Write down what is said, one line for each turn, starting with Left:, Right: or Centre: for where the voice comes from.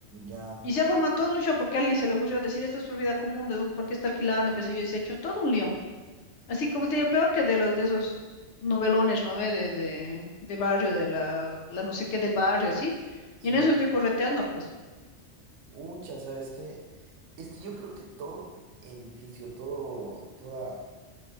Right: ya,
Left: Y se ha formado todo un show porque a alguien se le ocurrió decir, esto es propiedad común, ¿de dónde, por qué está alquilando, qué sé yo, y se ha hecho todo un lío. Así como te digo, peor que de los de esos novelones, ¿no ve? De, de, de barrio, de la, la no sé qué del barrio, así.
Right: sí.
Left: Y en eso estoy correteando, pues.
Right: Ucha, ¿sabes qué? Es que yo creo que todo edificio, todo, toda,